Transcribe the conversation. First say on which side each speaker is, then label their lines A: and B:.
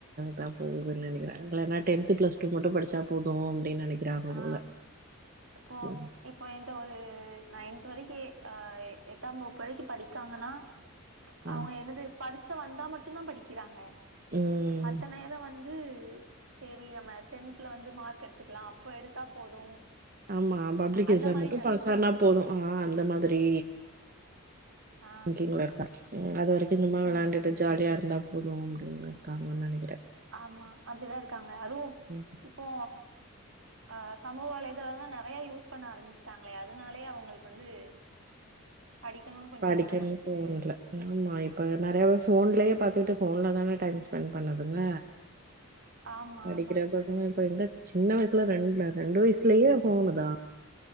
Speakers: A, on the right (about 40°); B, on the right (about 65°).
A: தா போகுதுன் நெனைக்கிறே இல்லனா டென்த்து பிளஸ்டூ மட்டு படிச்சா போது அப்டின்னு நெனைக்கிறாங்க
B: ஆ
A: போல
B: இப்போ
A: ம்
B: இப்போ என்ட்ட ஒரு நயன்த் த்து வரைக்கு ஆஹ எட்டாம் வகுப்பு வரைக்கு படிக்காங்கனா ச்
A: ஆ
B: அவங்க என்னது பரிச்ச வந்தா மட்டும்தா படிக்கிறாங்க
A: ம்
B: மத்த நேரவந் து சேரி நம்ம டென்த்ல வந்து மார்க் எடுத்துக்கலா அப்போ எடுத்தா போது
A: ஆமா பப்ளிக்
B: அந்த
A: எக்ஸாம்
B: மாரி
A: மட்டு
B: நெனச்சுறாங்க.
A: பாஸானா போது ஆ அந்த மாதிரி
B: ஆ
A: ங்கிங்ள இருக்கா உ அது வரைக் <unintelligible> விளயாண்டுட்டு
B: ம் ம்
A: ஜாலியா இருந்தா போது இங் இருக்காங்கனு நினைக்கிறே
B: ஆமா அப்டிதா இருக்காங்க அதுவு
A: ம்
B: ச் இப்போ ஆ சமூக வலைதலோலா நறைய யூஸ் பண்ண ஆரம்பிச்சுட்டாங்க அதனாலயே அவங்களுக்கு வந்து படிக்கணுன்னு கொஞ்சோ
A: படிக்கன்னு
B: தோண மாட்டேக்குது.
A: தோனல ஆமா இப்ப நறைய பேரு ஃபோன்லயே பாத்துட்டு ஃபோன்ல தான டைம் ஸ்பெண்ட் பண்ணுதுங்க
B: ஆமா
A: படிக்கிற
B: ஆமா சிஸ்டர்.
A: பசங்க இப்ப எங்க சின்ன வயசு ல ரெண் ரெண்டு வயசுலயே ஃபோணுதா